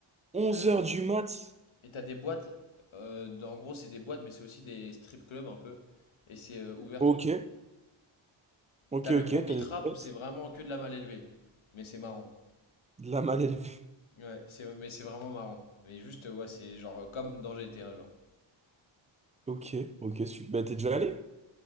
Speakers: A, on the right; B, on the left.
A: onze
B: Euh,
A: heures du mat?
B: et t'as des boîtes, euh, dans- en gros, c'est des boîtes, mais c'est aussi des strip clubs un peu. Et c'est euh, ouvert
A: Ok,
B: tout le temps.
A: ok,
B: T'as le
A: ok,
B: Bobby
A: t'as
B: Trap
A: des stress?
B: où c'est vraiment que de la mal élevée. Mais c'est marrant.
A: De la mal élevée.
B: Ouais, c'est, mais c'est vraiment marrant. Mais juste, ouais, c'est genre euh, comme dans GTA, genre.
A: Ok, ok, super. Bah, t'es
B: Mm.
A: déjà allé?